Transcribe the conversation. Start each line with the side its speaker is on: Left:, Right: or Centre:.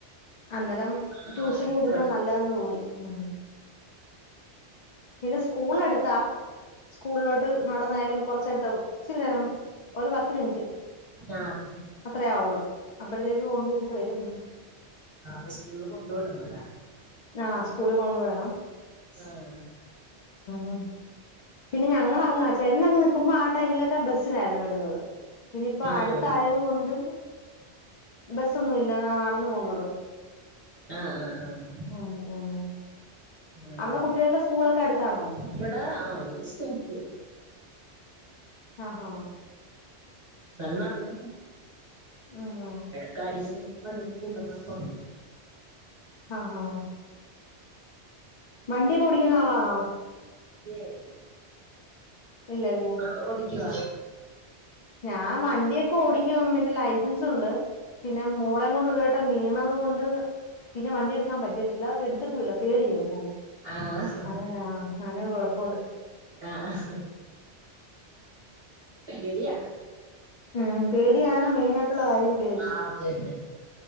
Left: അന്നേരം
Right: ആഹ്
Left: ട്യൂഷന് വിടുന്ന നല്ലതന്ന് തോന്നി ഉം പിന്നെ സ്കൂൾ അടുത്താ സ്കൂളിലോട്ട് നടന്നായാലും കുറച്ച നേരത്തെ ഇച്ചിരി നേരം ഒരു പത്ത് മിനിറ്റ്
Right: ആഹ്
Left: അത്രേയാവുള്ളൂ അപ്പഴത്തേക്ക് കൊണ്ടപോച്ചിട്ട് വരും
Right: ആ അപ്പോ സ്കൂളില് കൊണ്ട് വിടണം ലെ
Left: ആഹ് സ്കൂളിൽ കൊണ്ട് പോയി വിടണം
Right: ആഹ്
Left: ഉം പിന്നെ ഞങ്ങള അങ് ചേട്ട അങ്ങ് നിക്കുമ്പോ ആ ടൈമിലൊക്കെ ബസ്സിനായിരുന്നു വിടുന്നത് പിന്നെ ഇപ്പ
Right: ആഹ്
Left: അടുത്തായത് കൊണ്ട് ബസ്സൊന്നു ഇല്ല നടന്ന കൊണ്ട വിടും
Right: ആഹ് ആഹ് ആഹ്
Left: ഉം ഉം
Right: ആഹ്
Left: അവിടെ കുട്ടികളുടെ സ്കൂളൊക്കെ അടുത്താണോ
Right: ഇവിടെ ആ ഒരു സ്തൂത്ത്
Left: ആഹാ
Right: നല്ല നടന്ന
Left: ഉം ഉം
Right: ഇടക്ക് ആരെങ്കിലും ഉണ്ടെങ്കി വണ്ടീമേ കൊണ്ടന്നാക്കും
Left: ആഹ് വണ്ടിയൊക്കെ ഓടിക്കുന്ന ആളാണോ
Right: ഏയ്
Left: ഇല്ല ല്ലേ
Right: ങ്ങൾ ഓടിക്കുവ
Left: ഞാൻ വണ്ടിയൊക്കെ ഓടിക്കും പിന്നെ ലൈസൻസ് ഉണ്ട് പിന്നെ മോള കൊണ്ട് ഒരുവട്ടം വീണത് കൊണ്ട് പിന്നെ വണ്ടി എടുക്കാൻ പറ്റിയിട്ടില്ല എടുത്തിട്ടുമില്ല പേടിയ എടുക്കാൻ
Right: ആഹ്
Left: അങ്ങനാ അങ്ങനെ കൊഴപ്പുണ്ട്
Right: ആഹ് പേടിയാണ്
Left: ഉം പേടിയാണ് മെയിന ആയിട്ടുള്ള കാര്യം പേടി
Right: ആ അതന്നെ